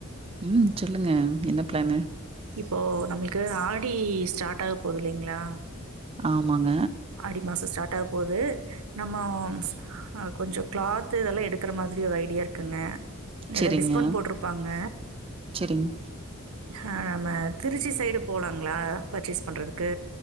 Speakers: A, on the right; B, on the right.
A: ம் சொல்லுங்க என்ன ப்ளானு
B: இப்போ நம்ள்க்கு ஆடி ஸ்டாட் ஆக போது இல்லைங்ளா
A: ஆமாங்க
B: ஆடி மாச ஸ்டார்ட் ஆகபோது நம்ம அ கொஞ்சொ கிளாத்து இதெல்லா எடுக்கற மாரி ஒரு ஐடியா இருக்குங்க நெல்லா
A: செரிங்க
B: டிஸ்கவுண்ட் போட்ருப்பாங்க
A: செரிங்
B: அ நம்ம திருச்சி சைடு போலாங்ளா பர்ச்சேஸ் பண்ணறதுக்கு